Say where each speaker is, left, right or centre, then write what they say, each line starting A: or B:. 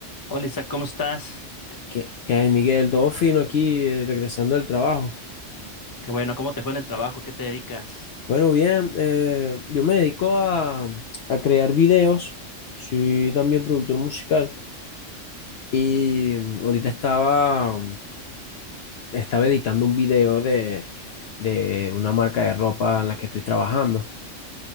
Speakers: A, on the left (about 20°); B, on the left (about 65°).
A: Hola Isaac, ¿cómo estás? Qué,
B: ¿Qué, qué hay, Miguel? Todo fino aquí, eh, regresando del trabajo.
A: qué bueno, ¿cómo te fue en el trabajo? ¿Qué te dedicas?
B: Bueno, bien, eh, yo me dedico a, a crear videos, soy también productor musical y mm, ahorita estaba, estaba editando un video de, de una marca de ropa en la que estoy trabajando.